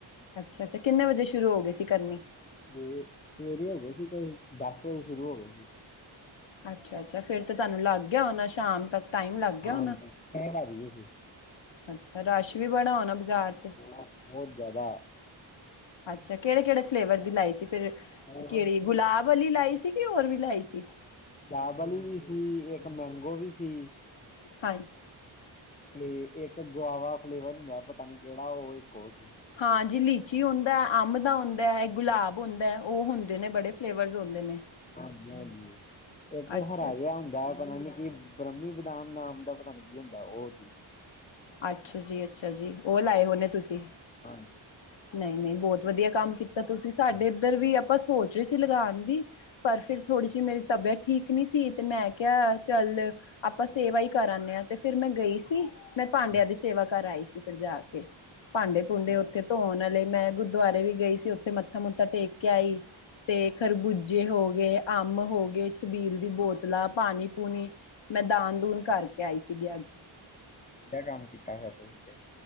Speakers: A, on the left; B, on the left.
A: ਅੱਛਾ-ਅੱਛਾ ਕਿੰਨੇ ਵਜੇ ਸ਼ੁਰੂ ਹੋ ਗੇ ਸੀ ਕਰਨੀ।
B: ਸਵੇਰੇ, ਸਵੇਰੇ ਹੋ ਗਏ ਸੀ ਕੋਈ, ਦਸ ਵਜੇ ਸ਼ੁਰੂ ਹੋ ਗਏ ਸੀ।
A: ਅੱਛਾ-ਅੱਛਾ ਫੇਰ ਤੇ ਤੁਆਨੂੰ ਲੱਗ ਗਿਆ ਹੋਣਾ ਸ਼ਾਮ ਤੱਕ। ਟਾਈਮ ਲੱਗ
B: ਹਾਂਜੀ
A: ਗਿਆ ਹੋਣਾ
B: ਛੇ ਵੱਜ ਗੇ ਸੀ।
A: ਅੱਛਾ ਰਸ਼ ਵੀ ਬੜਾ ਹੋਣਾ ਬਾਜਾਰ ਤੇ।
B: ਬਹੁਤ ਬਹੁਤ ਜ਼ਿਆਦਾ
A: ਅੱਛਾ ਕੇੜੇ-ਕੇੜੇ ਫਲੇਵਰ ਦੀ ਲਾਈ ਸੀ ਫਿਰ,
B: ਬਹੁਤ
A: ਕੇੜੇ
B: ਸੀ
A: ਗੁਲਾਬ ਵਲੀ ਲਾਈ ਸੀ ਕੇ ਹੋਰ ਵੀ ਲਾਈ ਸੀ।
B: ਗੁਲਾਬ ਆਲੀ ਵੀ ਸੀ, ਇਕ ਮੈਗੋ ਵੀ ਸੀ।
A: ਹਾਂਜੀ
B: ਤੇ ਇਕ ਗੁਆਵਾ ਫਲੇਵਰ ਹੁੰਦਾ ਪਤਾ ਨੀਂ ਕੇੜਾ ਓ ਇਕ ਓ ਸੀ।
A: ਹਾਂਜੀ ਲੀਚੀ ਹੁੰਦੈ, ਅੰਬ ਦਾ ਹੁੰਦੈ, ਇ ਗੁਲਾਬ ਹੁੰਦੈ ਓ ਹੁੰਦੇ ਨੇ ਬੜੇ ਫਲੇਵਰ ਹੁੰਦੇ ਨੇ।
B: ਹਾਂਜੀ-ਹਾਂਜੀ ਇਕ ਓ
A: ਅੱਛਾ
B: ਹਰਾ ਜਿਹਾ ਹੁੰਦਾ ਪਤਾ ਨੀ ਕੀ ਬ੍ਰਮੀ ਬਦਾਨ ਨਾਮ ਦਾ ਪਤਾ ਨੀ ਕੀ ਹੁੰਦਾ ਓ ਚੀ
A: ਆਛਾ ਜੀ ਅੱਛਾ ਜੀ ਓ ਲਾਏ ਹੋਣੇ ਤੁਸੀ
B: ਹਾਂ
A: ਨਈ-ਨਈ ਬੋਤ ਵਧੀਆ ਕੰਮ ਕੀਤਾ ਤੁਸੀ ਸਾਡੇ
B: ਹਾਂਜੀ
A: ਏਧਰ ਵੀ ਆਪਾਂ ਸੋਚ ਰੇ ਸੀ ਲਗਾਣ ਦੀ ਪਰ ਫਿਰ ਥੋੜੀ ਜੀ ਮੇਰੀ ਤਬੇਅਤ ਠੀਕ ਨੀ ਸੀ ਤੇ ਮੈਂ ਕਿਆ ਚੱਲ ਆਪਾਂ ਸੇਵਾ ਈ ਕਰ ਆਨੇ ਆ, ਤੇ ਫੇਰ ਮੈਂ ਗਈ ਸੀ ਮੈਂ ਪਾਂਡਿਆਂ
B: ਹਾਂਜੀ,
A: ਦੀ ਸੇਵਾ ਕਰ ਆਈ ਸੀ ਫਿਰ ਜਾ ਕੇ ਪਾਂਡੇ-ਪੁੰਦੇ
B: ਵਧੀਆ
A: ਉੱਥੇ ਧੋਣ ਅਲੇ ਮੈਂ ਗੁਰਦੁਆਰੇ ਵੀ ਗਈ ਸੀ ਉੱਥੇ ਮੱਥਾ-ਮੁਥਾ ਟੇਕ ਕੇ ਆਈ ਤੇ
B: ਵਧੀਆ
A: ਖਰਬੁਜੇ ਹੋਗੇ, ਅਮ ਹੋਗੇ, ਛਬੀਲ ਦੀ ਬੋਤਲਾਂ, ਪਾਣੀ-ਪੂਣੀ ਮੈਂ ਦਾਨ-ਦੂਨ ਕਾਰਕੇ ਆਈ ਸੀਗੀ ਅੱਜ।
B: <unintelligible> ਕੰਮ ਕੀਤਾ ਫੇਰ ਤੁਸੀ ਤੇ।